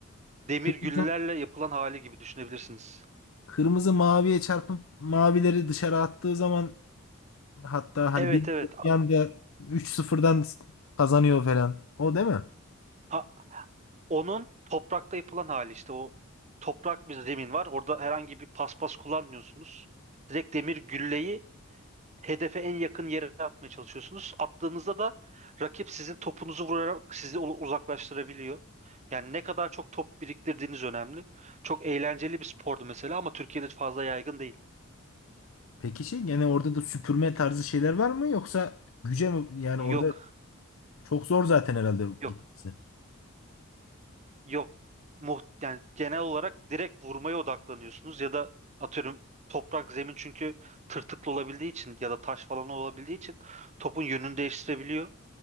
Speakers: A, on the right; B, on the left.
A: demir
B: kırmızı,
A: güllelerle yapılan hali gibi düşünebilirsiniz.
B: kırmızı maviye çarpıp mavileri dışarı attığı zaman Hatta hani
A: Evet
B: bir
A: evet. A-
B: bir anda 3-0'dan kazanıyor falan. O değil mi?
A: a- onun toprakta yapılan hali işte o toprak bir zemin var. Orada herhangi bir paspas kullanmıyorsunuz. Direkt demir gülleyi hedefe en yakın yere atmaya çalışıyorsunuz. Attığınızda da rakip sizin topunuzu vurarak sizi u- uzaklaştırabiliyor. Yani ne kadar çok top biriktirdiğiniz önemli. Çok eğlenceli bir spordu mesela ama Türkiye'de fazla yaygın değil.
B: Peki şey yani orada da süpürme tarzı şeyler var mı yoksa güce mi? Yani
A: Yok.
B: orada çok zor zaten herhalde
A: Yok.
B: gitmesi.
A: Yok. Muht yani genel olarak direkt vurmaya odaklanıyorsunuz ya da atıyorum toprak zemin çünkü tırtıklı olabildiği için ya da taş falan olabildiği için topun yönünü değiştirebiliyor.